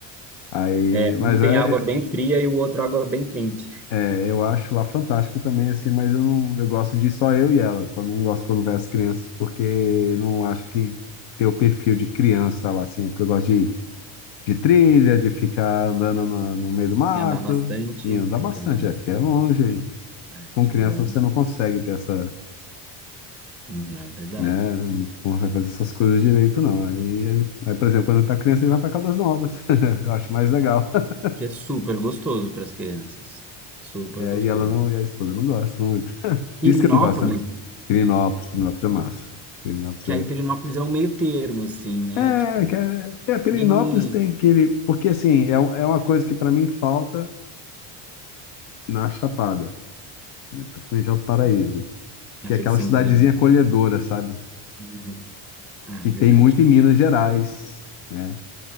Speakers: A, on the left; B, in the centre.
A: Aí,
B: É,
A: mas
B: um tem
A: é,
B: água bem fria e o outro água bem quente.
A: É, eu acho lá fantástico também, assim, mas eu não, eu gosto de só eu e ela. Quando não gosto quando vai as crianças, porque não acho que ter o perfil de criança lá, assim, porque eu gosto de, de trilha, de ficar andando na- no, meio do mato
B: E andar bastante,
A: e andar
B: tem
A: bastante,
B: que andar bastante.
A: é, porque é longe.
B: É,
A: Com
B: tudo
A: criança
B: longo.
A: você não consegue ter essa,
B: Hum, É verdade.
A: né, não consegue fazer essas coisas direito, não. Aí, aí, por exemplo, quando tá criança, ele vai para Caldas Novas. <laughs> Eu acho mais legal. <laughs>
B: que é super gostoso para as crianças. Super gostoso.
A: E ela não, e a esposa não gosta,
B: Pirinópolis,
A: Diz que não gosta, né? Pirinópolis, Pirinópolis é massa. Pirinópolis
B: que
A: é.
B: aí Pirinópolis é um meio termo, assim, né?
A: É,
B: Tipo,
A: que é, é, Pirinópolis
B: pequenininho,
A: tem aquele. Porque, assim, é, um- é uma coisa que para mim falta na Chapada, né? Principalmente Alto Paraíso,
B: aquele
A: que é aquela
B: centrinho.
A: cidadezinha acolhedora, sabe?
B: Uhum. Ah,
A: Que
B: é verdade.
A: tem muito em Minas Gerais, né?